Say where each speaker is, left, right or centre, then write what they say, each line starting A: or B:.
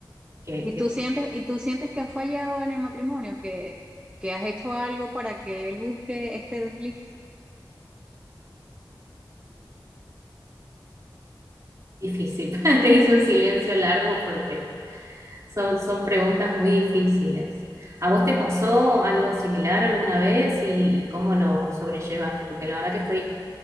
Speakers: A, on the right; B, on the right.
A: que,
B: ¿Y
A: que
B: tú
A: es
B: sientes, y tú sientes que has fallado en el matrimonio, que, que has hecho algo para que él busque este desliz?
A: difícil. <laughs> Te hice un silencio largo porque Son, son preguntas muy difíciles. ¿A vos te pasó algo similar alguna vez y, y cómo lo sobrellevaste? Porque la verdad que estoy